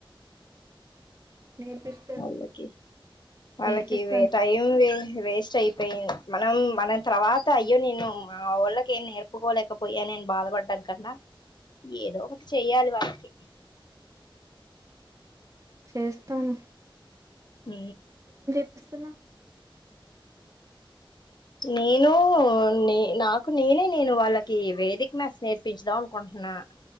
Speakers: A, on the right; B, on the left.
A: నేర్పిస్తా
B: వాళ్ళాకి వాళ్ళకి
A: నేర్పిస్తాను
B: ఇవే టైం వే వేస్ట్ అయిపోయింది మనం మన తర్వాత అయ్యో నేను మా వాళ్ళకేం నేర్పుకోలేకపోయానె నేను బాధపడ్డాం కన్నా ఏదో ఒకటి చెయ్యాలి వాళ్ళకి
A: చేస్తాను
B: ఉ
A: ఇస్తున్నా
B: నేను న నాకు నేనే నేను వాళ్ళకి వేదిక మెస్ నేర్పించదాం అనుకుంటు నా